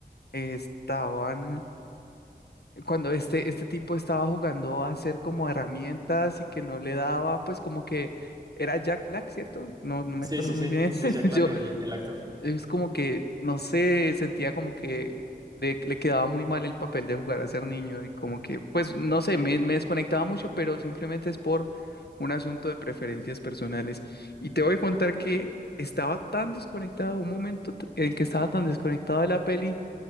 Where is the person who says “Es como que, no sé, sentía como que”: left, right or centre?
Left